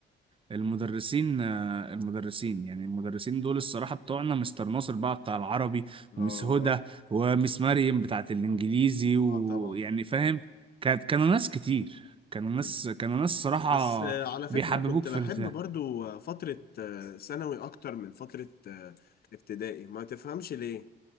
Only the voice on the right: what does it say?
المدرسين آه، المدرسين يعني المدرسين دول الصراحة بتوعنا مستر ناصر بقى بتاع العربي
ومس هدى ومس مريم بتاعة الإنجليزي ويعني
فاهم كانت كانوا ناس كتير كانوا ناس
كانوا ناس صراحة
بيحببوك
في
الامتحان